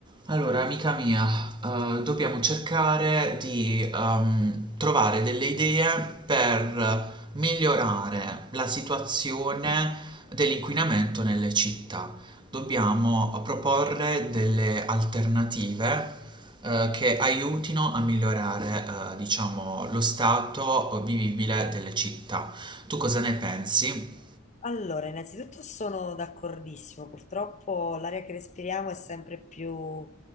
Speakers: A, on the right; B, on the left.
A: Allora, amica mia, eh, dobbiamo cercare di ehm, trovare delle idee per migliorare la situazione dell'inquinamento nelle città. Dobbiamo proporre delle alternative eh, che aiutino a migliorare, eh, diciamo, lo stato vivibile delle città. Tu cosa ne pensi?
B: Allora, innanzitutto sono d'accordissimo, purtroppo l'aria che respiriamo è sempre più